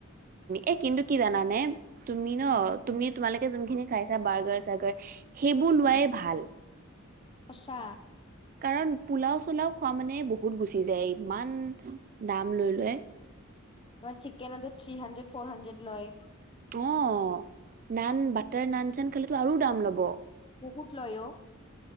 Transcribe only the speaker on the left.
উম
উম
সঁচা
তমাৰ chicken three hundred four hundred লয়
বহুত লয় অ